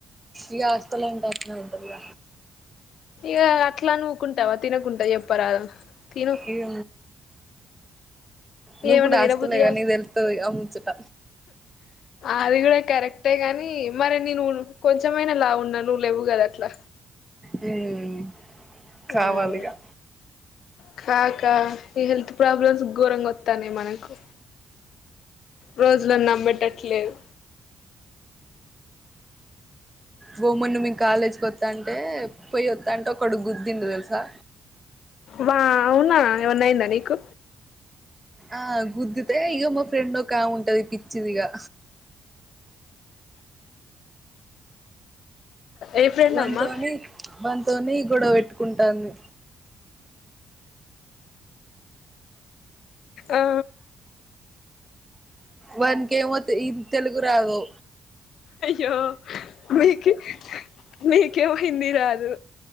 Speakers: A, on the right; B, on the left.
A: ఇగ వస్తతలే అంటన్నావంట ఇగ
B: ఇగ అట్లాని ఊకుంటావా తినకుంటా చెప్పరా తిను
A: ఇగ నువ్వు
B: ఏమన్నా
A: కూడా హాస్టలే
B: తినబుద్ధి
A: గా
B: గాదు
A: నీకు తెలుత్తది ఆ ముచ్చట
B: అది కూడా కరెక్టే గానీ మరి నేను కొంచెంమైనా లావున్నా నువ్వు లేవ్వుగాద అట్లా
A: మ్మ్ కావాలిగా
B: ఉమ్ కాక ఈ హెల్త్ ప్రాబ్లమ్స్ ఘోరంగా తనే మనకు రోజులను నమ్మేట్టు లేదు
A: గొమ్మున మేం కాలేజీకొత్తాంటే పోయి ఒత్తాంటే ఒకడు గుద్ దిండు తెలుసా
B: వా అవునా ఏమన్నా అయిందా నీకు
A: ఆ గుద్దితే ఇగ మా ఫ్రెండ్ ఓకా ఆమె ఉం టది పిచ్చిదిగా
B: ఏ ఫ్రెండ్
A: వంతు
B: అమ్మా
A: అని వంత్ తోని గోడవ పె ట్టుకుంటాంది
B: ఆ
A: వానికేం వత్తు ఈం తెలుగు రావు
B: యో మీకే మీకే హిందీ రాదు